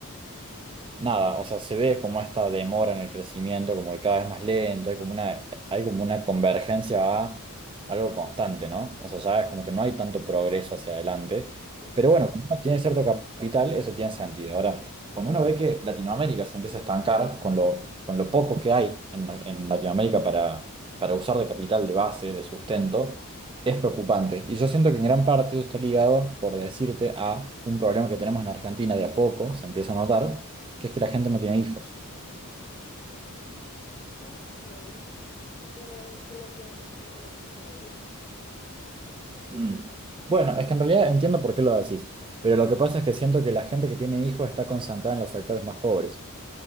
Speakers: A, on the right (about 25°); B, on the left (about 25°).
A: Nada, o sea, se ve como esta demora en el crecimiento, como que cada vez más lento, hay como una, hay como una convergencia a algo constante, ¿no? O sea, ya es como que no hay tanto progreso hacia adelante.
B: exacto.
A: Pero bueno, Claro. cuando uno tiene cierto capital, eso tiene sentido. Ahora, cuando uno ve que Latinoamérica se empieza a estancar con lo, con lo poco que hay en, en Latinoamérica para, para usar de capital, de base, de sustento, es preocupante. Y yo siento que en gran parte eso está ligado, por decirte, a un problema que tenemos en Argentina de a poco, se empieza a notar que es que la gente no tiene hijos.
B: Ok. Bueno, en Colombia es un poco lo contrario.
A: Mm, Bueno, es que en realidad entiendo por qué lo decís, pero lo que pasa es que siento que la gente que tiene hijos está concentrada en los sectores más pobres.